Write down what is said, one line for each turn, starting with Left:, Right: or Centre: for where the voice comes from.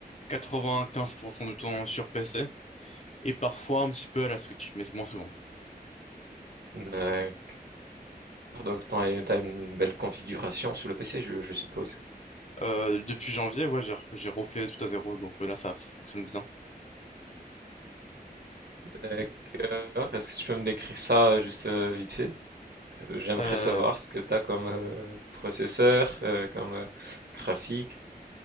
Left: 95% du temps sur PC, et parfois un petit peu à la Switch, mais c'est moins souvent.
Right: D'accord. donc tu as une belle configuration sur le PC, je, je suppose.
Left: Euh, depuis janvier, ouais, j'ai j'ai refait tout à zéro, donc euh, là, ça fonctionne bien.
Right: D'accord. Est-ce que tu peux me décrire ça euh, juste euh, vite fait? Euh, J'aimerais
Left: Euh,
Right: savoir ce que tu as comme euh, processeur, euh, comme euh, graphique.